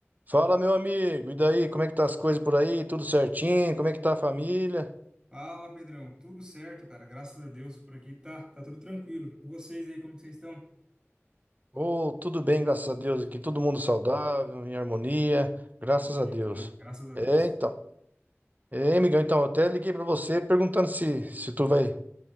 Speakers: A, on the right; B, on the right.
A: Fala, meu amigo, e daí? Como é que tá as coisas por aí? Tudo certinho? Como é que tá a família?
B: Fala, Pedrão. Tudo certo, cara. Graças a Deus por aqui tá, tá tudo tranquilo. E vocês aí, como que vocês estão?
A: Ou tudo bem, graças a Deus, aqui todo mundo saudável, em harmonia, graças
B: Pô, que
A: a Deus.
B: bom. Graças a
A: É,
B: Deus.
A: então. É, amigão, então, eu até liguei pra você perguntando se se tu vai